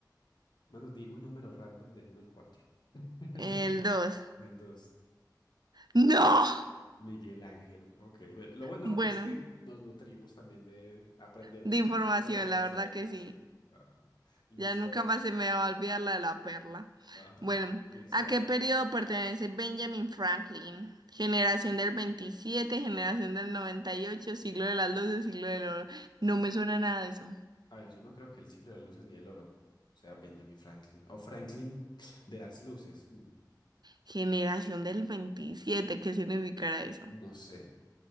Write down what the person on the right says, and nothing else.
El 2.
¡No!
Bueno,
de información,
la
verdad que sí.
Ya nunca
más se me va a olvidar la de la perla.
Bueno,
¿a
qué
periodo pertenece Benjamin Franklin? Generación del 27, generación del 98, siglo de las luces, siglo del oro. No me suena nada de eso.
Generación del veintisiete. ¿qué significará eso?